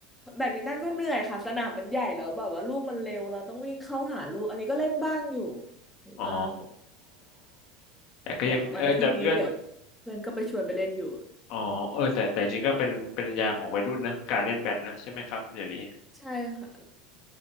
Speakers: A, in the centre; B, on the left.
A: แบดมินตันก็เหนื่อยค่ะสนามมันใหญ่แล้วแบบว่าลูกมันเร็วเราต้องวิ่งเข้าหาลูกอันนี้ก็เล่นบ้างอยู่เห็นบ้าง
B: อ๋อแต่ก็ยังเออแต่ก็
A: แบบวันอาทิตย์นี้เดี๋ยวเพื่อนก็ไปชวนไปเล่นอยู่
B: อ๋อเออแต่แต่จริงก็เป็นเป็นยามของวัยรุ่นนะการเล่นแบดนะใช่ไหมครับเดี๋ยวนี้
A: ใช่ค่ะ